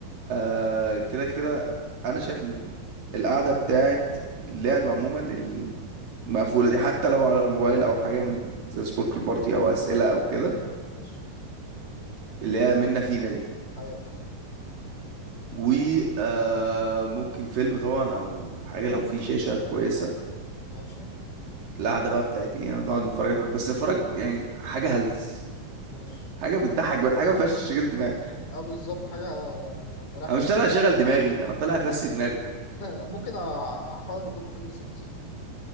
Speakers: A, on the right; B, on the left.
A: آه كده كده انا شايف ان القعده بتاعت اللعب عموما المقفوله دي حتى لو على الموبايل او حاجه من زي سبوركل بارتي او اسئله او كده
B: ماشي
A: اللي هي منا فينا دي
B: أيوه فاهم
A: و آه ممكن فيلم طبعا او حاجه لو في شاشه كويسه
B: ماشي
A: القعده بقى بتاعت ايه نقعد نتفرج على فيلم، بس نتفرج يعني حاجه هلس
B: ماشي
A: حاجه بتضحك بس حاجه ما فيهاش تشغيل دماغ
B: أه بالظبط حاجة رايح
A: انا
B: ده
A: مش طالع اشغل دماغي انا طالع افسي دماغي
B: ممكن أ- احاول اجيب لكم فيلم سيكو سيكو